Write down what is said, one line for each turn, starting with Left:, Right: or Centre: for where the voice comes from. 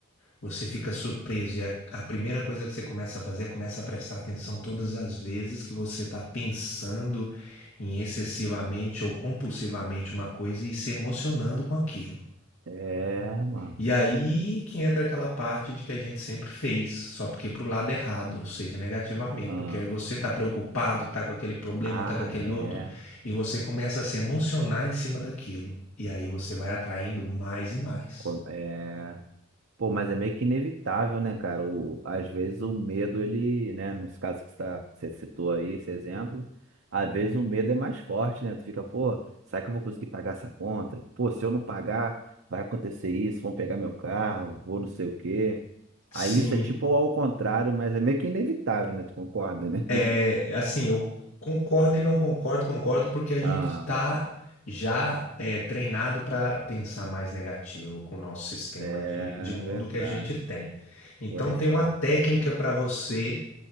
Left: você fica surpreso. E a, a primeira coisa que você começa a fazer é começa a prestar atenção todas as vezes que você está pensando em excessivamente ou compulsivamente uma coisa e se emocionando com aquilo.
Right: É, mano.
Left: E aí que entra aquela parte de que a gente sempre fez, só porque pro lado errado, ou seja, negativamente,
Right: Ah,
Left: porque aí você tá preocupado, tá com aquele problema,
Right: ah,
Left: tá com aquele
Right: é.
Left: outro, e você começa a se emocionar em cima daquilo. E aí você vai atraindo mais e mais.
Right: Co- É. Pô, mas é meio que inevitável, né, cara? O, às vezes o medo, ele, né, nos casos que você, tá- que você citou aí, esse exemplo, às vezes o medo é mais forte, né? Tu fica, pô, será que eu vou conseguir pagar essa conta? Pô, se eu não pagar, vai acontecer isso, vão pegar meu carro, vou não sei o quê. Aí
Left: Sim,
Right: isso é tipo ao contrário, mas é meio que inevitável, né? Tu concorda, né?
Left: é
Right: <laughs>
Left: assim, eu concordo e não concordo, concordo porque a gente
Right: Ah,
Left: tá já é, treinado para pensar mais negativo com o nosso sistema
Right: é
Left: de, de mundo
Right: verdade.
Left: que a gente tem. Então
Right: Pô, nem
Left: tem
Right: falo.
Left: uma técnica para você